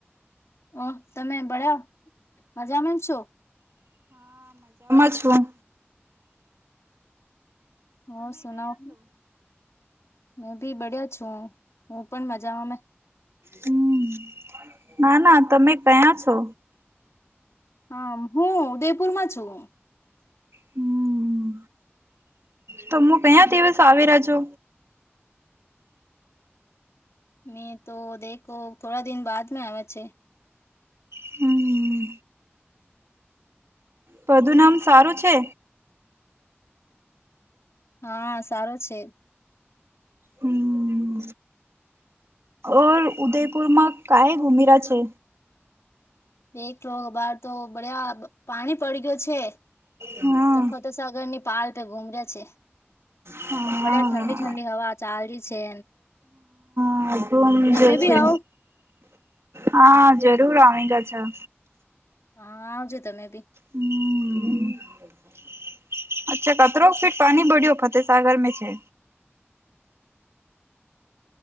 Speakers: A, on the left; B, on the right.
A: હા તમે બધા મજામાં છો
B: પાછું
A: હ સુનાઓ મે ભી બડિયા છું હું પણ મજામાં ને
B: હમ ના ના તમે કયા છો
A: હા હું ઉદયપુરમાં છું
B: હમ તોમો કયા દિવસ આવી રહ્યા છો
A: મેં તો દેખો થોડા દિન બાદ મે આવે છે
B: હમ પધું નામ સારું છે
A: હા સારો છે
B: હમ ઓર ઉદયપુરમાં ક્યાં ગુમ્યા છે
A: એકલો બાર તો બડ્યા પાણી પડી ગયો છે
B: હા
A: તો ફતેસાગર ની પાલ પે ગુમે છે
B: હા
A: બધા ઠંડી ઠંડી હવા ચાલે છે
B: હા ગુમજો
A: તમે બી
B: છે
A: આવો
B: હા જરૂર આવે અચ્છા અચ્છા
A: હા આવ જો તમે બી
B: હમમ <inaudible> અચ્છા કત્રરો ફીટ પણી બડીયો ફતે સાાગર મે છે